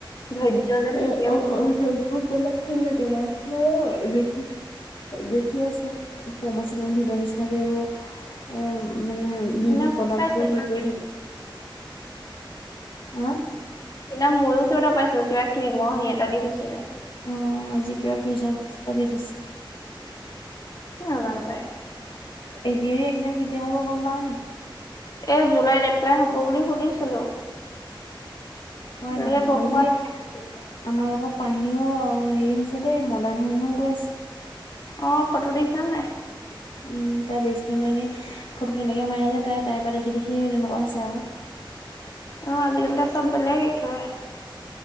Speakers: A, on the left (about 45°); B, on the left (about 85°).
A: ধৈৰ্য যে থাকেও
B: এ
A: <unintelligible>
B: ফেচবুক বেলেগ ফালি থাকে তাই অ, লিখে। দেখি আছো পমোশনৰ ভিডিঅ নিচিনাকে এইবোৰ এ মানে
A: সেইদিনা
B: বিউটি প্ৰডাক্টবোৰ
A: পাইছিলো কিবা
B: হেই কৰি থাকে, হে?
A: সেইদিনা ময়োটো এটা পাইছিলো কিবা ক্ৰীমৰ হেই এটা দি থৈছিলে।
B: অ আজি কিবা ফেচৱাচ এটা দি থৈছিলে।
A: নাজানো পায়।
B: এ ডি এৰি এ একজাম কেতিয়া হ'ব গম পাও নেকি?
A: এ জুলাইত এপ্লাই হ'ব বুলি শুনিছিলো।
B: খোৱাই
A: এতিয়ালৈকে
B: নাই দেখোন
A: গম
B: আজিকালি
A: পোৱা নাই
B: আমাৰ লগত পাহিও হেৰি হৈছে দেই মডাৰ্ণ হৈ হৈ গৈ আছে।
A: অ ফটো দেখিছ নাই?
B: উম তাই বেষ্ট ফ্ৰেণ্ডজনী ফটো তেনেকে মাৰাই যায় তাই তাই পা দেখি দেখিয়ে তেনেকুৱা হৈছে আক।
A: অ আজিকালি তাই চব বেলেগ একেবাৰে।